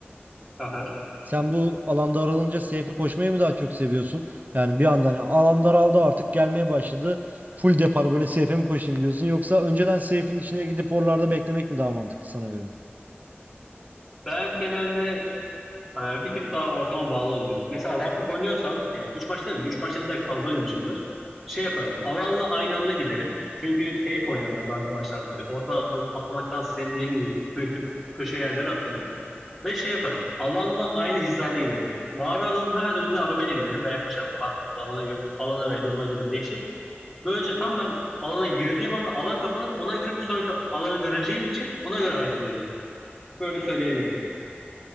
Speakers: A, in the centre; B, on the right.
A: Aha.
B: Sen bu alan daralınca safe'e koşmayı mı daha çok seviyorsun? Yani bir anda hani alan daraldı artık gelmeye başladı. Full depar böyle safe'e mi koşayım diyorsun? Yoksa önceden safe'in içine gidip oralarda beklemek mi daha mantıklı sana göre?
A: Ben genelde Ee, bir tık daha ortama bağlı oluyor. Mesela ranked oynuyorsam, ya 3 maç değil 3 maçtan illa ki fazla oynamışımdır. Şey yaparım, alanla aynı anda giderim. Çünkü safe oynarım ben ranked maçlarda böyle. Orta atmak, atlamaktan senin dediğin gibi kötü köşe yerlere atlarım. Ve şey yaparım, alanla aynı hizada giderim. Mavi alanın hemen önünde arabayla giderim ve yaklaşırım. O fark etmez. Alana, gö- alana ve duruma göre değişir. Böylece tam ben alana girdiğim anda alan kapanır. Ona göre bir sonraki alanı göreceğim için ona göre hareket ederim. Böyle söyleyebilirim.